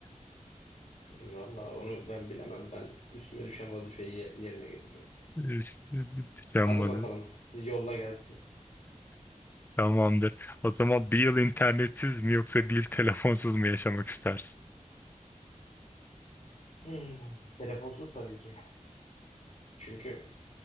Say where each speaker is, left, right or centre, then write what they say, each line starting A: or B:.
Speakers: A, on the left; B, on the left.
A: Vallahi onu ben bilemem. Ben üstüme düşen vazifeyi ye- yerine getiririm.
B: <laughs> İşte Yaşanmadı.
A: Hadi bakalım yolla gelsin.
B: Tamamdır. O zaman bir yıl internetsiz mi yoksa bir yıl telefonsuz mu yaşamak istersin?
A: Hmm, telefonsuz tabii ki. Çünkü